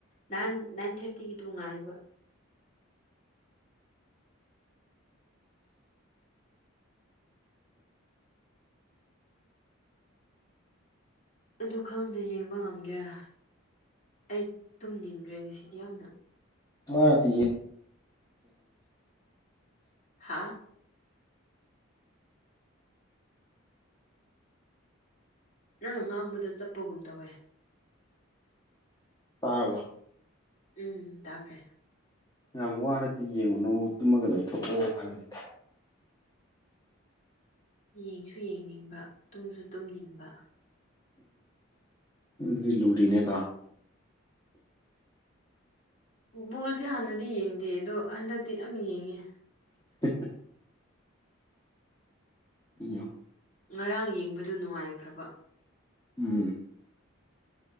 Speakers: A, on the left; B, on the left.
A: ꯅꯥꯏꯟ ꯅꯥꯏꯟ ꯊꯥꯔꯇꯤꯒꯤ ꯉꯥꯏꯕ ꯑꯗꯨ ꯈꯪꯗ ꯌꯦꯡꯕ ꯉꯝꯒꯦꯔꯥ ꯑꯩ ꯇꯨꯝꯅꯤꯡ ꯍ꯭ꯔꯦꯡ ꯉꯁꯤꯗꯤ ꯌꯥꯝꯅ
B: ꯚꯔ ꯌꯦꯅ
A: ꯍꯥꯥ ꯅꯪꯅ ꯉꯥꯡꯕꯗ ꯆꯠꯄꯒꯨꯝ ꯇꯧꯋꯦ
B: ꯇꯥꯔꯔꯕ
A: ꯎꯝ ꯇꯥꯛꯈ꯭ꯔꯦ
B: ꯌꯥꯝ ꯋꯥꯔꯗꯤ ꯌꯦꯡꯉꯨꯅꯨ ꯇꯨꯝꯃꯒ ꯂꯩꯊꯣꯛꯑꯣ ꯍꯥꯏꯕꯅꯤ
A: ꯌꯦꯡꯁꯨ ꯌꯦꯡꯅꯤꯡꯕ ꯇꯨꯝꯁꯨ ꯇꯨꯝꯅꯤꯡꯕ
B: ꯗꯤ ꯂꯨꯔꯤꯅꯦ ꯀ
A: ꯕꯣꯜꯁꯦ ꯍꯥꯟꯅꯗꯤ ꯌꯦꯡꯗꯦ ꯑꯗꯣ ꯍꯟꯗꯛꯇꯤ ꯌꯥꯝ ꯌꯦꯡꯉꯦ
B: <unintelligible> ꯑꯣ
A: ꯉꯔꯥꯡ ꯌꯦꯡꯕꯗꯨ ꯅꯨꯡꯉꯥꯏꯈ꯭ꯔꯕ
B: ꯎꯝ